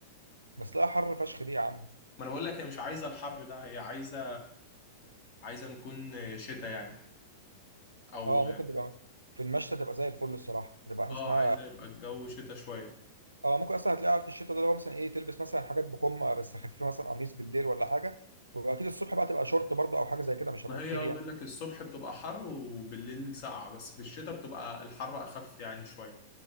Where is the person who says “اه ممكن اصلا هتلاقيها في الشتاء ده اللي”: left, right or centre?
Right